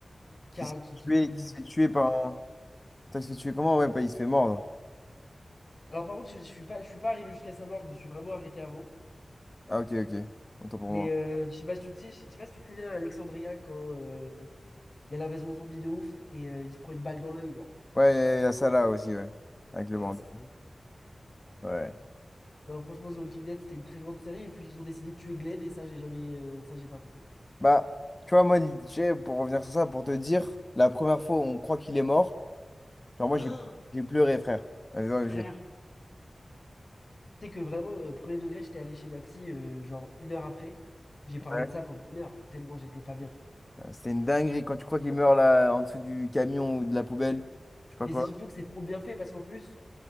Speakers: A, on the left; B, on the left.
A: Karl
B: Qui se fait
A: qui,
B: tuer,
A: qui- qui-
B: qui se fait tuer
A: qui-
B: par un. Putain, il se fait tuer comment? Ouais, bah, il se fait mordre.
A: Alors par contre, je, je suis pas, je suis pas arrivé jusqu'à sa mort, je me suis vraiment arrêté avant.
B: Ah, ok, ok. Autant pour
A: Mais
B: moi.
A: euh, je sais pas si tu tu sais, je sais pas si tu te souviens à Alexandria quand euh, il y a l'invasion zombie de ouf et euh, il se prend une balle dans l'œil, genre.
B: Ouais, il y a il y a ça là aussi, ouais. Avec le
A: Ah,
B: bandeau.
A: ça c'est...
B: Ouais.
A: Non, franchement, The Walking Dead, c'était une très grande série. Et puis, ils ont décidé de tuer Glenn, et ça, j'ai jamais, euh, ça, j'ai pas compris.
B: Bah, tu vois, moi, DJ, pour revenir sur ça, pour te dire, la première fois où on croit qu'il est mort, genre, moi,
A: <gasps>
B: j'ai j'ai pleuré, frère. Ouais,
A: Frère,
B: J'ai
A: tu sais que vraiment, euh, premier degré, j'étais allé chez ma psy, euh, genre une heure après. J'ai parlé
B: ouais,
A: de ça pendant une heure, tellement j'étais pas bien.
B: Euh, C'était une dinguerie quand tu crois qu'il meurt là en dessous du camion ou de la poubelle. Je sais pas
A: Mais
B: quoi.
A: c'est surtout que c'est trop bien fait, parce qu'en plus,